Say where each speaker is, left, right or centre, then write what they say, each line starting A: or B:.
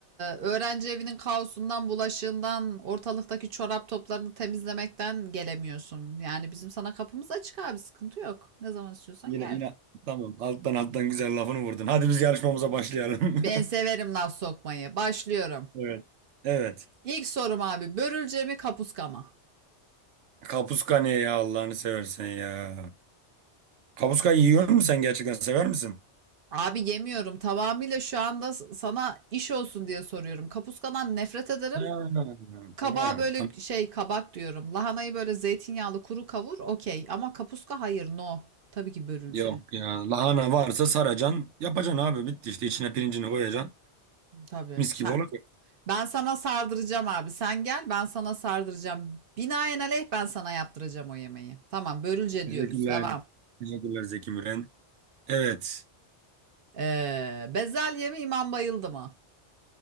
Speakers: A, on the right; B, on the right.
A: öğrenci evinin kaosundan, bulaşığından, ortalıktaki çorap toplarını temizlemekten gelemiyorsun. Yani bizim sana kapımız açık abi sıkıntı yok. Ne zaman istiyorsan
B: Yine
A: gel.
B: yine tamam alttan alttan güzel lafını vurdun. Hadi biz yarışmamıza başlayalım.
A: Ben
B: <laughs>
A: severim laf sokmayı. Başlıyorum.
B: Evet. Evet.
A: İlk sorum abi börülce mi kapuska mı?
B: Kapuska ne ya Allah'ını seversen ya. Kapuska yiyor musun sen gerçekten sever misin?
A: Abi yemiyorum tamamıyla şu anda sana iş olsun diye soruyorum. Kapuskadan nefret ederim.
B: Ha, tamam
A: Kabağı
B: tamam.
A: böyle şey kabak diyorum. Lahanayı böyle zeytinyağlı kuru kavur okey. Ama kapuska hayır no. Tabii ki börülce.
B: Yok ya lahana varsa saracan yapacaksın abi bitti işte içine pirincini koyacaksın.
A: Tabii.
B: Mis
A: Sen,
B: gibi olacak.
A: ben sana sardıracağım abi. Sen gel ben sana sardıracağım. Binaenaleyh ben sana yaptıracağım o yemeği. Tamam börülce
B: Teşekkürler.
A: diyoruz. Devam.
B: Teşekkürler Zeki Müren. Evet.
A: Ee, bezelye mi imam bayıldı mı?